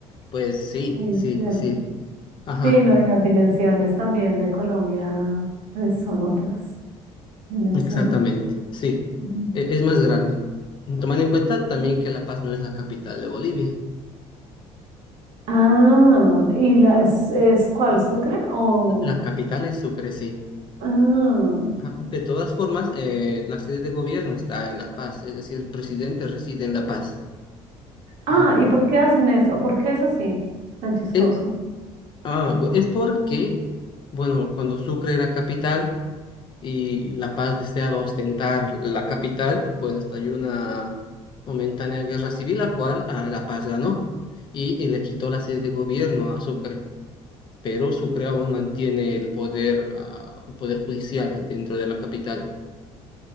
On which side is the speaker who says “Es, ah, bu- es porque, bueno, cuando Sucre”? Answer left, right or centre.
Left